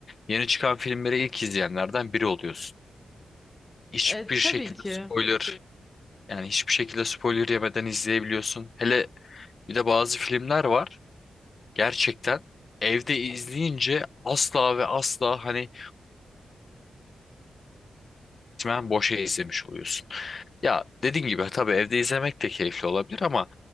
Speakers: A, on the left; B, on the left.
A: Yeni çıkan filmleri ilk izleyenlerden biri oluyorsun. Hiçbir
B: E, tabii
A: şekilde
B: ki.
A: spoiler yani hiçbir şekilde spoiler yemeden izleyebiliyorsun. Hele bir de bazı filmler var. Gerçekten evde izleyince asla ve asla hani resmen boşa izlemiş oluyorsun. Ya dediğin gibi tabii evde izlemek de keyifli olabilir ama